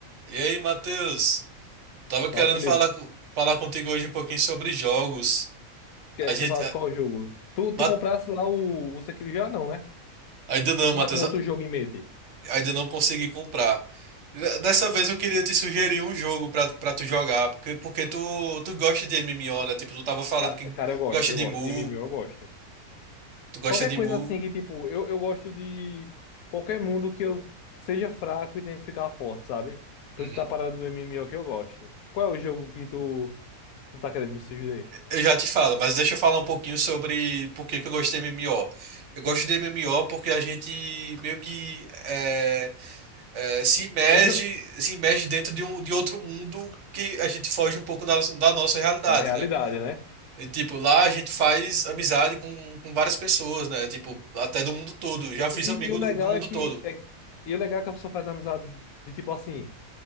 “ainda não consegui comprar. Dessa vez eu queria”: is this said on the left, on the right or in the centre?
Right